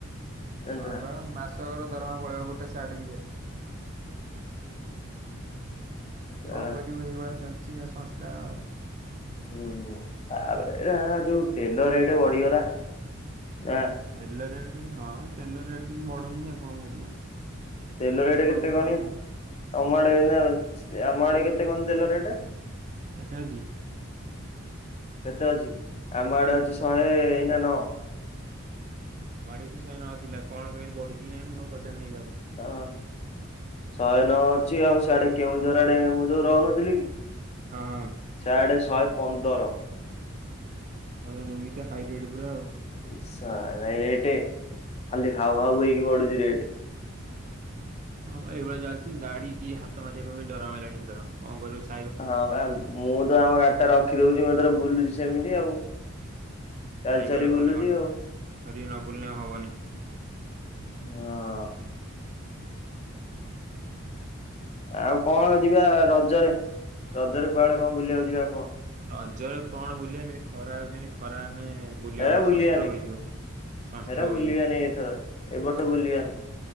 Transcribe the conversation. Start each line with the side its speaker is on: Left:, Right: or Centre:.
Left: ଜାଣିଛୁ
Right: ହଁ
Left: ନା
Right: ବା ମାସକର ଦରମା ପଳେଇବ ଗୋଟେ ସାର୍ଟ ପିଛାରେ
Left: ଶଳା
Right: କଣ କରିବ ଏଇଭଳିଆ ଚାଲିଛି ଆଉ ସଂସ୍ଥା ଆଉ
Left: ହୁଁ ତାପରେ <unintelligible> ଯୋଉ ତେଲ ରେଟ ବଢିଗଲା <unintelligible>
Right: ତେଲ ରେଟ୍ ହଁ ତେଲ ରେଟ କିନ୍ତୁ ବଢଉଛନ୍ତି ଆଉ କଣ କରିବା
Left: ତେଲ ରେଟ
Right: ଆମେ କହିନି
Left: କେତେ କନି
Right: କଣ ହବ
Left: ତମ
Right: କି
Left: ଆଡେ <unintelligible> ଆମ ଆଡେ କେତେ କନ ତେଲ ରେଟେ?
Right: କେତେ ଅଛି?
Left: କେତେ ଅଛି ଆମ ଆଡେ ଅଛି ଶହେ ଏଇନା ନଅ।
Right: ଆମ ଆଡେ ବି ସେଇ ଶହେ ନଅ ଥିଲା କଣ କେମିତି ବଢିଛି କି ନାଇଁ ମୁଁ ଆଉ ପଚାରି ନେଇ କାହାକୁ
Left: ହ ଶହେ ନଅ ଅଛି ଆଉ ସେଆଡେ କେଉଁଝର ଆଡେ ମୁଁ ଯୋଉ ରହୁନଥିଲି କି!
Right: ହଁ ହଁ
Left: ସିଆଡ଼େ ଶହେ ପନ୍ଦର
Right: ବର୍ତ୍ତମାନେ ଏମିତିଆ ହାଇ ରେଟ୍ ପୁରା ଆଉ
Left: ଇ ଶଳା ରେଟେ ଖାଲି ହାଉ ହାଉ ହେଇକି ବଢୁଛି ରେଟେ
Right: ହଁ ବା ଏଇଭଳିଆ ଚାଲିଚି ଗାଡି କି ହାତ ମାରିବା ପାଇଁ ବି ଡର ମାଇଲାଣି ଏଇଥର କଣ କରିବୁ ଶ୍
Left: ହଁ ବା ମୁଁ ତ ଆମ ଗାଡି ଟା ରଖିଦଉଛି ମୁଁ ଏଥର ବୁଲୁଛି ସେମିତି ଆଉ ଚାଲି
Right: ସାଇକଲ
Left: ଚାଲି ବୁଲୁଛି
Right: ଖଣ୍ଡେ ଖଣ୍ଡେ
Left: ଆଉ।
Right: ଧରିକି ନ ବୁଲିଲ ହବନି।
Left: ହଁ। ଆଉ କଣ ଯିବା ରଜରେ ରଜରେ କୁଆଡେ କଣ ବୁଲିବାକୁ ଯିବା କୁହ?
Right: ରଜରେ କଣ ବୁଲିଆ ଏମିତି ଖରା ହଉଛି ଏମତି ଖରାନେ ବୁଲି
Left: ହେରା
Right: ହବନି
Left: ବୁଲିବାନି
Right: ସନଷ୍ଟ୍ରୋକ ହେଇଯିବ ସନଷ୍ଟ୍ରୋକ
Left: ହେରା ବୁଲିବାନି
Right: ହେଇଯିବ।
Left: ଏଥର ଏ ବର୍ଷ ବୁଲିବାନି।